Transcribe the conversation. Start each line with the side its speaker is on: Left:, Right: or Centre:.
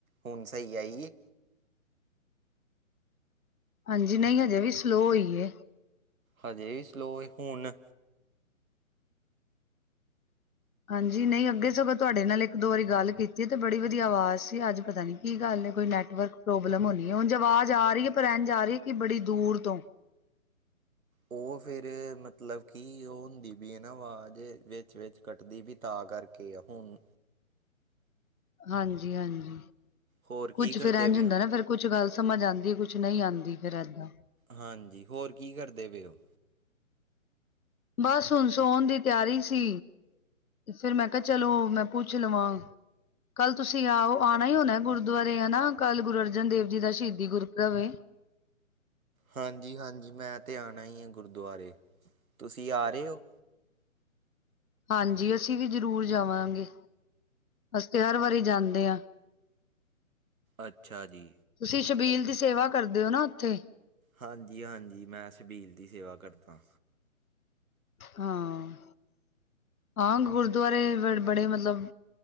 Right: ਹੁਣ ਸਹੀ ਆਈ ਏ।
Left: ਹਾਂਜੀ ਨਹੀਂ ਹਜੇ ਵੀ ਸਲੋਅ ਹੋਈਏ।
Right: ਹਜੇ ਵੀ ਸਲੋਏ ਹੁਣ
Left: ਹਾਂਜੀ, ਨਹੀਂ ਅੱਗੇ ਸਭ ਤੁਹਾਡੇ ਨਾਲ ਇੱਕ ਦੋ ਵਾਰੀ ਗੱਲ ਕੀਤੀ ਤੇ ਬੜੀ ਵਧੀਆ ਆਵਾਜ਼ ਸੀ ਅੱਜ ਪਤਾ ਨੀ ਕੀ ਗੱਲ ਨੇ ਕੋਈ ਨੈਟਵਰਕ ਪ੍ਰੋਬਲਮ ਹੋਣੀ ਹੈ ਹੁਣ ਆਵਾਜ਼ ਆ ਰਹੀ ਹੈ ਪਰ ਰਹਿਣ ਜਾ ਰਹੀ ਕਿ ਬੜੀ ਦੂਰ ਤੋਂ
Right: ਉਹ ਫਿਰ ਮਤਲਬ ਕਿ ਉਹ ਹੁੰਦੀ ਵੀ ਇਹ ਨਾ ਆਵਾਜ਼ ਵਿੱਚ -ਵਿੱਚ ਕੱਟਦੀ ਪਈ ਵੀ ਤਾਂ ਕਰਕੇ ਹੁਣ
Left: ਹਾਂਜੀ -ਹਾਂਜੀ
Right: ਹੋਰ
Left: ਕੁੱਛ
Right: ਕੀ ਕਰਦੇ
Left: ਫਿਰ ਇੰਝ
Right: ਪਏ
Left: ਹੁੰਦਾ
Right: ਹੋ?
Left: ਨਾ ਫਿਰ ਕੁਛ ਗੱਲ ਸਮਝ ਆਂਉਦੀ ਕੁਛ ਨਹੀਂ ਆਉਂਦੀ ਫਿਰ ਏਦਾਂ
Right: ਹਾਂਜੀ, ਹੋਰ ਕੀ ਕਰਦੇ ਪਏ ਉਹ
Left: ਬਸ ਹੁਣ ਸੌਣ ਦੀ ਤਿਆਰੀ ਸੀ। ਫਿਰ ਮੈਂ ਕਿਹਾ, ਚਲੋ ਮੈਂ ਪੁੱਛ ਲਵਾਂ। ਕੱਲ ਤੁਸੀਂ ਆਓ ਆਉਣਾ ਹੀ ਹੋਣਾ ਗੁਰਦੁਆਰੇ ਆ ਨਾ, ਕੱਲ ਗੁਰੂ ਅਰਜਨ ਦੇਵ ਜੀ ਦਾ ਸ਼ਹੀਦੀ ਗੁਰ ਰਵੇ
Right: ਹਾਂਜੀ- ਹਾਂਜੀ ਮੈਂ ਤਾਂ ਆਉਣਾ ਹੀ ਹੈ ਗੁਰਦੁਆਰੇ, ਤੁਸੀਂ ਆ ਰਹੇ ਹੋ।
Left: ਹਾਂਜੀ ਅਸੀਂ ਵੀ ਜ਼ਰੂਰ ਜਾਵਾਂਗੇ, ਅਸੀਂ ਤੇ ਹਰ ਵਾਰੀ ਜਾਂਦੇ ਆਂ।
Right: ਅੱਛਾ ਜੀ
Left: ਤੁਸੀਂ ਸ਼ਬੀਲ ਦੀ ਸੇਵਾ ਕਰਦੇ ਹੋ ਨਾ ਉੱਥੇ
Right: ਹਾਂਜੀ -ਹਾਂਜੀ ਮੈਂ ਛਬੀਲ ਦੀ ਸੇਵਾ ਕਰਦਾ।
Left: ਹਾਂ- ਹਾਂ ਗੁਰਦੁਆਰੇ ਬ ਬੜੇ ਮਤਲਬ